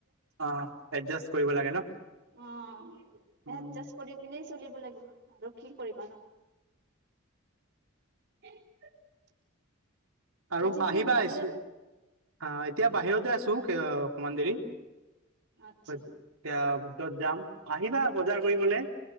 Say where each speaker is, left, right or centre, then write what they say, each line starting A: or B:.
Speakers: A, on the right; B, on the right.
A: অ' একজাষ্ট কৰিব লাগে ন।
B: অ'
A: উম
B: এডজাষ্ট কৰি পিনে চলিব লাগিব আৰু কি কৰিবা ন। <unintelligible>
A: আৰু
B: আজি
A: বাহিবা
B: কি বাহিৰত
A: এইচ অ' এতিয়া বাহিৰতে আছোঁ, আহ অকমান দেৰি।
B: আচ্ছা
A: এতিয়া ভিতৰত যাম, আহিবা বজাৰ কৰিবলৈ,